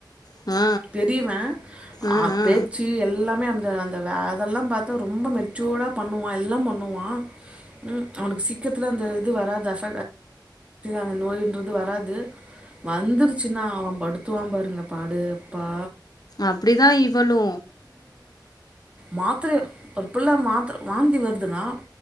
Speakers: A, on the left (about 55°); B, on the right (about 15°).
A: ஆ
B: பெரியவ
A: ஆ
B: அஹ் பேச்சு
A: ஆ
B: எல்லாமே அந்த நா அதெல்லா பாத்தா ரொம்ப மெச்சூர்டா பண்ணுவா எல்லா பண்ணுவா, ம் அவனுக்கு சீக்கரத்ல அந்த இது வராது அச அந்த நோயின்றது வராது வந்துருச்சினா அவன் படுத்துவான் பாருங்க பாடு ப்பா
A: அப்படிதா இவளு
B: மாத்ரய ஒரு பிள்ள மாத்ர வாந்தி வருதுனா